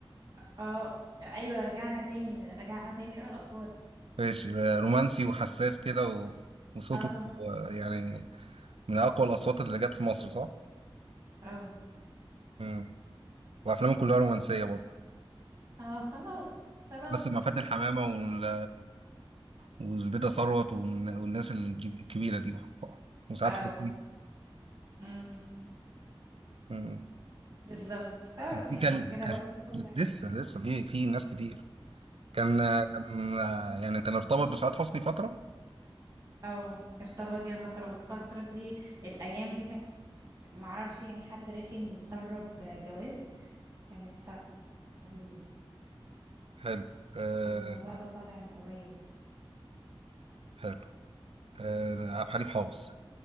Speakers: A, on the right; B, on the right.
A: اه ايوه رجعنا تاني رجعنا تاني اقرا الافكار
B: ماشي آه، رومانسي وحساس كده و... وصوته
A: اه
B: آه، يعني من اقوى الاصوات اللي جت في مصر صح
A: اه
B: مم. وافلامه كلها رومانسيه برضه
A: اه خلاص خلاص
B: بس مع فاتن حمامه وال... وزبيده ثروت والن- والناس الجي- الكبيره دي وساعات
A: اه
B: حكم
A: امم
B: مم.
A: بالظبط خلاص
B: كان في
A: يعني
B: كان
A: انت كده
B: كان
A: قلت كل حاجة
B: لسه لسه في في ناس كتير كان كان يعني كان ارتبط بسعاد حسني فترة
A: اه ارتبط بيها فترة والفترة دي الأيام دي كان معرفش يعني حد رخم سرب جواب كانت سهوله
B: حلو أه
A: الموضوع ده طالع من قريب
B: حلو أه عبد الحليم حافظ